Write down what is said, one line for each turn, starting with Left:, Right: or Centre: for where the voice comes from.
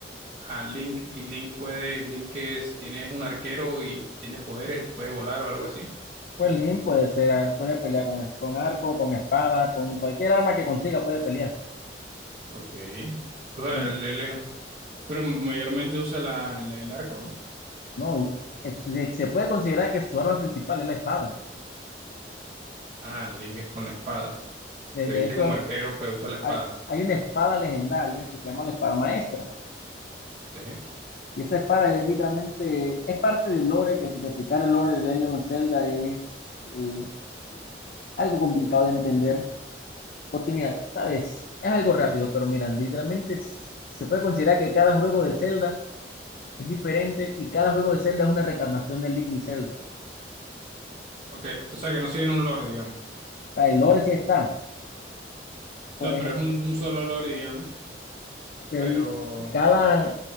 Right: A Link, y Link puede, Link es, tiene, es un arquero y tiene poderes, puede volar o algo así.
Left: Pues Link puede ser, eh, puede pelear con, con arco, con espada, con cualquier arma que consiga puede pelear.
Right: Ok. O sea,
Left: Y
Right: él, él es- pero ma- mayormente usa la, la- el arco, ¿no?
Left: no, es- se se puede considerar que su arma principal es la espada.
Right: Ah, Link es con la espada.
Left: De
Right: Se
Left: de
Right: viste
Left: hecho,
Right: como arquero, pero usa la espada.
Left: al- hay una espada legendaria que se llama la espada maestra.
Right: Sí.
Left: Y esa espada es literalmente, es parte del lore, que si te explicara el lore de Legend of Zelda es eh, algo complicado de entender. Porque mira, sabes, es algo rápido, pero mira, literalmente es- se puede considerar que cada juego de Zelda es diferente y cada juego de Zelda es una reencarnación de Link y Zelda.
Right: Ok, o sea que no siguen un lore, digamos.
Left: O sea, el lore sí está, por
Right: O sea,
Left: ejemplo,
Right: pero es un, un solo lore, digamos,
Left: pero
Right: pero
Left: y cada,